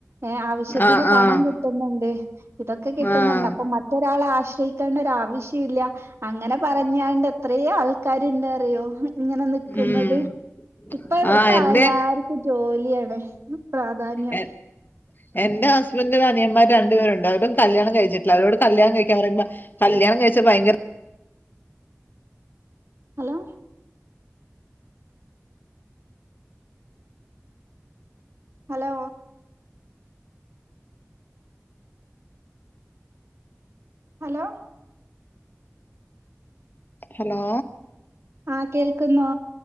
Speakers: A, on the right; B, on the left.
A: ഏഹ് ആവശ്യത്തിന്
B: ആഹ്
A: പണം
B: ആഹ്
A: കിട്ടുന്നുണ്ട് ഇതൊക്കെ കിട്ടുന്നുണ്ട്
B: ആഹ്
A: അപ്പൊ മറ്റൊരാളെ ആശ്രയിക്കേണ്ട ഒരാവശ്യം ഇല്ല അങ്ങനെ പറഞ്ഞാണ്ട് എത്രയോ ആൾക്കാര്ണ്ട് അറിയോ ഇങ്ങനെ നിക്ക്ന്നത്
B: ഉം
A: ഇപ്പൊ
B: ആഹ്
A: ഇപ്പൊ
B: എന്റെ
A: എല്ലാർക്കും ജോലിയാണ് പ്രാധാന്യം
B: എ എന്റെ ഹസ്ബൻ്റിന് അനിയന്മാര് രണ്ടു പേരുണ്ട് അവരും കല്യാണം കഴിച്ചിട്ടില്ല അവരോട് കല്യാണം കഴിക്കാൻ പറയുമ്പ കല്യാണം കഴിച്ചാ ഭയങ്കര
A: ഹലോ ഹലോ ഹലോ
B: ഹലോ
A: ആ കേൾക്കുന്നോ